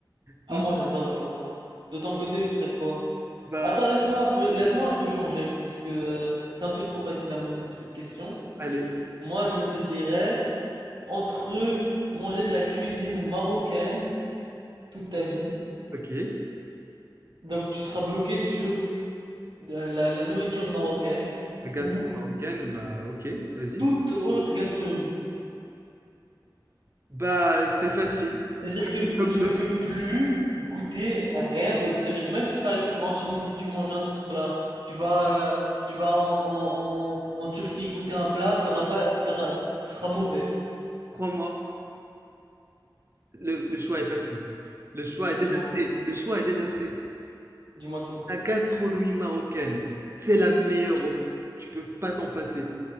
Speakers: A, on the right (about 35°); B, on the right (about 70°).
A: Moi,
B: Ah, moi j'adore le poisson. De ton côté, ce serait quoi?
A: bah,
B: Attends, laisse-moi un peu, laisse-moi un peu changer, parce que euh, c'est un peu trop facile à mon goût cette question.
A: allez,
B: Moi, je te dirais, entre manger de la cuisine marocaine toute ta vie,
A: ok.
B: donc tu seras bloqué sur euh, la, la nourriture marocaine
A: La gastro
B: ou
A: marocaine, bah, ok, vas-y.
B: toute haute gastronomie.
A: Bah, c'est facile.
B: C'est-à-dire
A: C'est facile
B: que
A: comme
B: tu
A: ça.
B: ne peux plus goûter à rien d'autre. Ça veut dire que même si par exemple tu vas en Tunisie, tu manges un autre plat, tu vas, euh, tu vas en, en, en, en Turquie goûter un plat, t'auras pas, t'auras- ce sera mauvais,
A: Crois-moi, le, le choix est facile. Le choix est déjà
B: du moins,
A: fait. Le choix est déjà fait.
B: du moins tout.
A: La gastronomie marocaine, c'est la meilleure au monde. Tu peux pas t'en passer.